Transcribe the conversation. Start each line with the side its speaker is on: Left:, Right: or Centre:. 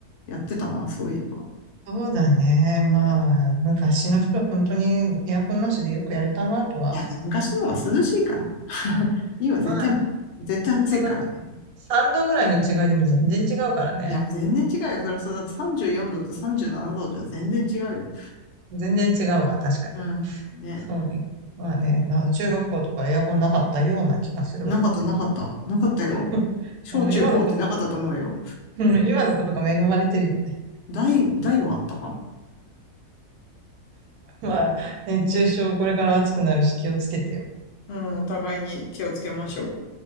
Left: やってたな、そういえば。
Right: そうだね。まあ、昔の人は本当にエアコンなしでよくやれたなとは。
Left: いやね、昔の方が涼しいから。<laughs> 今絶対、
Right: まあね、
Left: 絶対暑いからね。
Right: その3度ぐらいの違いでも全然違うからね。
Left: いや、もう全然違うよ。そりゃそうだって34度と37度じゅうななどじゃ全然違うよ。
Right: 全然違うわ、確かに。
Left: うーん、ね。
Right: そうね。まあね、あの中学校とかエアコンなかったような気がするわ。
Left: なかった、なかった。なかったよ。
Right: <laughs>
Left: 小中高ってなかったと思うよ。
Right: うん今のこと、うん今のことが恵まれてるよね。
Left: 大、大はあったか
Right: まあ、熱中症これから暑くなるし気をつけてよ。
Left: うん、お互いに気をつけましょう。